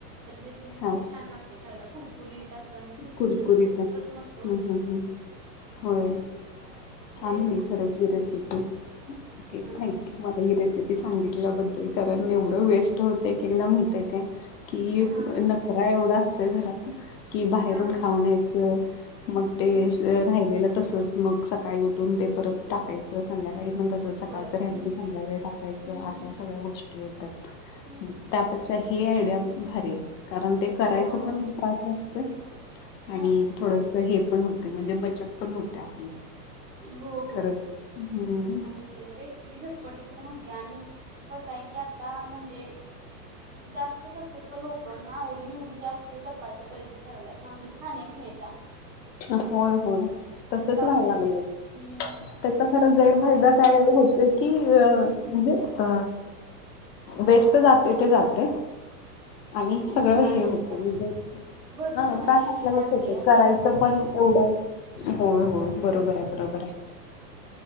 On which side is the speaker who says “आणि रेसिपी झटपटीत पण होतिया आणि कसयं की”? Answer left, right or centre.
Right